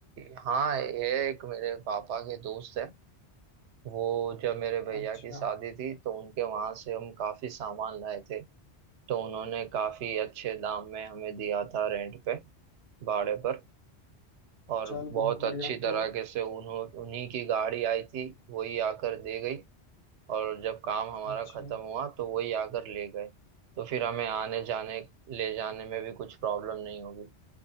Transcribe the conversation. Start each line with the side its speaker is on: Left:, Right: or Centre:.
Right: हाँ ये एक मेरे पापा के दोस्त है वो जब मेरे भैया
Left: अच्छा
Right: की शादी थी तो उनके वहां से हम काफी सामान लाए थे तो उन्होंने काफी अच्छे दाम में हमें दिया था रेंट पे भाड़े पर और
Left: चल
Right: बहुत
Left: बहुत
Right: अच्छी
Left: बढ़िया
Right: तरीके
Left: तो
Right: से उन्हों उन्हीं की गाड़ी आई थी वही आकर दे गई और जब काम हमारा
Left: अच्छा
Right: खत्म हुआ तो वही आकर ले गए तो फिर हमें आने जाने ले जाने में भी कुछ प्रॉब्लम नहीं होगी